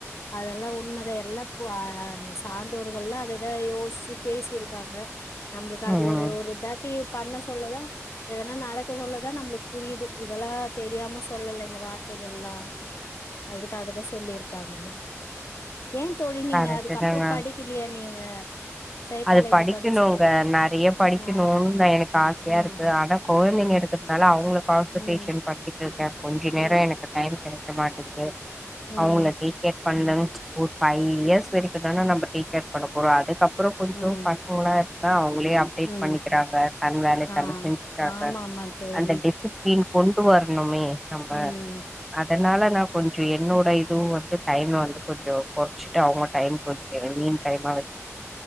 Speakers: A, on the left; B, in the centre.
A: அதெல்லா உண்மதே எல்லா போ சான்றோர்கள்ல்லா அத தா யோசிச்சு பேசியிருக்காங்க நம்மளுக்கு அது
B: ம்
A: ஒரு ஒரு தாட்டி பண்ண சொல்லுதா எதனா நடக்க சொல்லதா நம்மளுக்கு புரியுது இதெல்லா தெரியாம சொல்ல ல இந்த வார்த்தைகள் எல்லா ஆ எதுக்காக தா சொல்லியிருக்காங்கன்னு ஏ தோழி நீங்க
B: கரெக்ட்
A: அதுக்கப்புறோம்
B: தாங்க
A: படிப் கிறியா நீங்க சைக்காலஜி
B: அது படிக்கணுங்க
A: படிச்சுட்டு
B: நெறைய படிக்கணுன்னு
A: ஆ
B: தா எனக்கு ஆசையா
A: ம்
B: இருக்கு ஆனா கொய்ந்தைங்க
A: ம்
B: இருக் தல அவ்ங்கள கான்சன்டேஷன்
A: ம்
B: பண்ணிகிட்டு இருக்கே கொஞ்ச
A: ம்
B: நேர எனக்கு டைம் கிடைக்க மாட்டேது தே
A: ம்
B: அவ்ங்கள்ல டீகேட் பண்ணு ஒரு ஃபைவ் இயர்ஸ் வரைக்கு தானா நம்ம டீகேர் பண்ண போறோ அதுக்கப்புறோ கொஞ்சோ
A: ம்
B: பாத் ஓனா இருந்தா அவங்களே அப் டேட்
A: ம்
B: பண்ணிக்கிறாங்க தன் வேலட்
A: ஆ
B: தன் செஞ்சுக்றாங்க
A: ஆமா ஆமா தோழி
B: அந்த டிசிப்ளின் கொண்டு வரணுமே நம்ம
A: உம்
B: அதனால நா கொஞ்சோ என்னோட இதுவு வந்து டைம் வந்து கொஞ்சோ குறச்சிட்டு அவ்ங்க டைம் கொறச்சிடே மீன் டைமா வச்